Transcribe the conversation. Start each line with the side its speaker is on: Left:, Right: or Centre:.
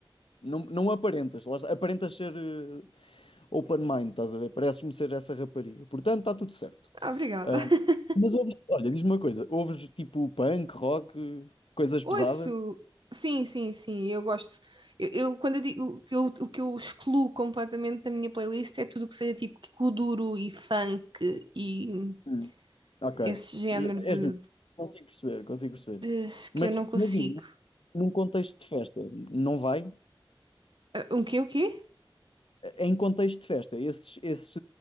Left: não, não aparentas, lá está, aparentas ser eh, open mind, estás a ver? Pareces-me ser essa rapariga. Portanto, está tudo certo.
Right: Ah, obrigada.
Left: Ah,
Right: <laughs>
Left: mas ouves, olha, diz-me uma coisa, ouves tipo punk, rock, coisas
Right: Ouço.
Left: pesadas?
Right: Sim, sim, sim, eu gosto. Eu, eu- quando eu digo que eu- o que eu excluo completamente da minha playlist é tudo o que seja tipo kuduro e funk e
Left: Hum. Ok.
Right: esse género
Left: Já-
Right: de,
Left: És justo. Consigo perceber, consigo perceber.
Right: de-
Left: Mas
Right: que eu não consigo.
Left: imagina, num contexto de festa, não vai?
Right: Ah, Um quê, o quê?
Left: Em contexto de festa, esses, esses